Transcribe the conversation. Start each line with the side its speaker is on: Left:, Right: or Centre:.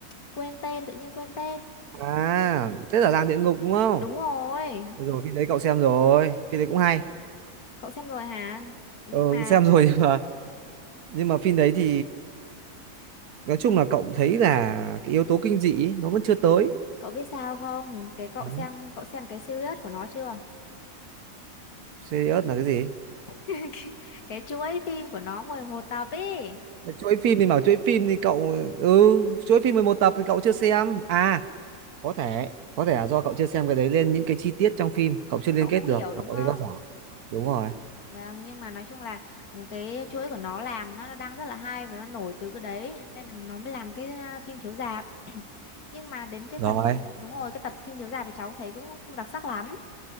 Left: Quên tên, tự nhiên quên tên.
Right: à thế là làng địa ngục đúng không
Left: Đúng rồi,
Right: Được rồi phim đấy cậu xem rồi phim đấy cũng hay
Left: Cậu xem rồi hả? Nhưng
Right: ừ
Left: mà
Right: xem rồi <laughs> nhưng mà nhưng mà phim đấy thì nói chung
Left: à,
Right: là cậu thấy là cái yếu tố kinh dị ấy, nó vẫn chưa tới
Left: cậu biết sao không? Cái cậu
Right: ừ.
Left: xem cậu xem cái series của nó chưa?
Right: Serious là cái gì
Left: <laughs> Cái chuỗi phim của nó 11 tập ấy.
Right: Mà chuỗi phim thì bảo chuỗi phim thì cậu ừ chuỗi phim 11 tập thì cậu chưa xem à có thể có thể là do cậu chưa xem cái đấy lên những cái chi tiết trong phim cậu chưa liên
Left: Cậu
Right: kết
Left: không
Right: được
Left: hiểu
Right: và
Left: đúng
Right: cậu
Left: không?
Right: thấy nó dở đúng rồi
Left: Vâng, nhưng mà nói chung là một cái chuỗi của nó làm nó, nó đang rất là hay và nó nổi từ cái đấy nên là nó mới làm cái à, phim chiếu rạp. <clears throat> Nhưng mà đến cái
Right: Rồi,
Left: phần đúng rồi, cái tập phim chiếu rạp thì cháu thấy cũng không đặc sắc lắm.